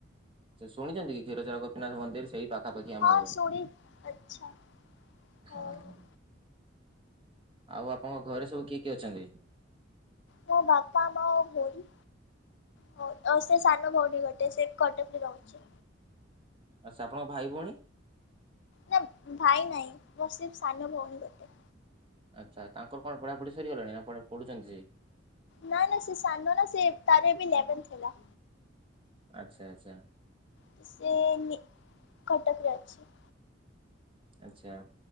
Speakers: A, on the right; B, on the left.
A: ସେ ଶୁଣିଛନ୍ତି କି କ୍ଷୀରଚର ଗୋପୀନାଥ ମନ୍ଦର ସେଇ ପାଖ ପାାପାଖି ଆମ
B: ହଁ
A: ଘର
B: ଶୁଣି ଆଚ୍ଛା ହଉ
A: ହଁ।
B: ହଉ।
A: ଆଉ ଆପଣଙ୍କ ଘରେ ସବୁ କିଏ କିଏ ଅଛନ୍ତି?
B: ମୁଁ ବାପା ମୋ ବୋଉ। ହଉ ଆଉସେ ସାନ ଭଉଣୀ ଗୋଟେ ସେକଟକରେ ରହୁଚି।
A: ଆଚ୍ଛା ଆପଣଙ୍କ ଭାଇ ଭଉଣ?
B: ନା ଭାଇ ନାହିଁ ବାସ୍ ସେସାନୁ ଭଉଣୀ ଗୋଟେ।
A: ଆଚ୍ଛା ତାଙ୍କର କଣ ପଢ଼ାପଢ଼ି ସରିଗଲାଣି ନାପଢୁଛନ୍ତି ସେ?
B: ନା ନା ସେସାନନା ସେ ତାର ଏବେ ଲେବେଲ୍ ଥିଲା।
A: ଆଚ୍ଛା ଆଚ୍ଛା।
B: ତ ସିଏ ନି କଟକରେ ଅଛି।
A: ଆଚ୍ଛା